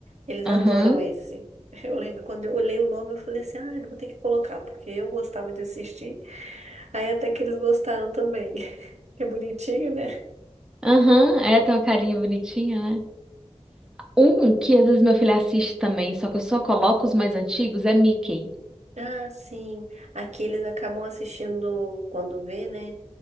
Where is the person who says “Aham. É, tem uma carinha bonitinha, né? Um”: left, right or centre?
Centre